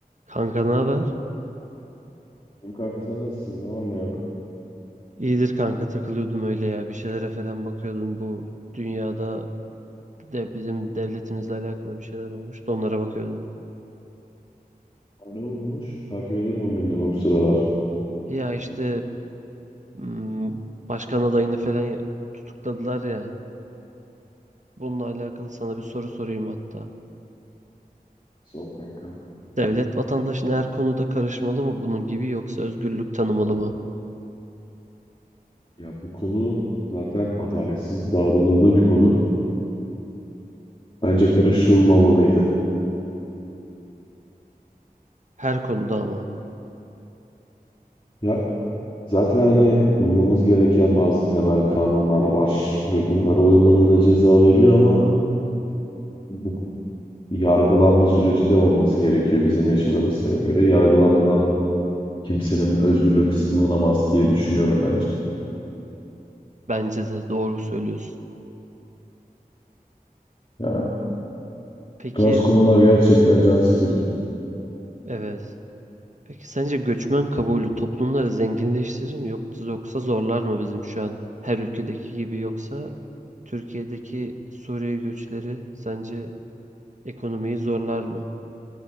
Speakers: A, on the right; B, on the left.
A: Kanka ne haber?
B: İyiyim kanka sen nasılsın? Ne var ne yok?
A: İyidir kanka takılıyordum öyle ya. Bir şeylere falan bakıyordum. Bu dünyada de bizim devletimizle alakalı bir şeyler olmuş. Onlara bakıyordum.
B: Aa, ne olmuş? Takip edemiyorum gündemi bu sıralar.
A: Ya işte hmm, başkan adayını falan ya- tutukladılar ya. Bununla alakalı sana
B: Ya,
A: bir soru sorayım hatta.
B: Soğuk kanka.
A: Devlet vatandaşın her konuda karışmalı mı bunun gibi yoksa özgürlük tanımalı mı?
B: Ya bu konu zaten adaletsiz davranıldığı bir konu. Bence karışılmamalıydı.
A: Her konuda ama.
B: Ya zaten hani uymamız gereken bazı temel kanunlar var ve bunlara uyulmanın da ceza veriliyor ama bu yargılanma süreci de olması gerekiyor bizim yaşadığımız sisteme göre. Yargılanmadan kimsenin özgürlüğü kısıtlanamaz diye düşünüyorum bence.
A: Bence de doğru söylüyorsun.
B: Ya
A: Peki
B: bu tarz konular gerçekten can sıkıcı.
A: evet. Peki sence göçmen kabulü toplumları zenginleştirir mi yoksa yoksa zorlar mı bizim şu an her ülkedeki gibi yoksa Türkiye'deki Suriye göçleri sence ekonomiyi zorlar mı?